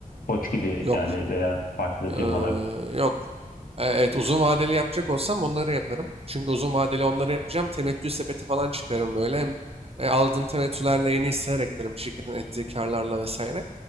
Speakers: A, on the left; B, on the right.
A: Koç gibi
B: Yok.
A: yani veya farklı
B: Ee,
A: firmalar.
B: yok. Ee, evet uzun vadeli yapacak olsam onları yaparım. Çünkü uzun vadeli onları yapacağım. Temettü sepeti falan çıkarım böyle. Hem e, aldığım temettülerle yeni hisseler eklerim. Şirketin ettiği karlarla vesaire.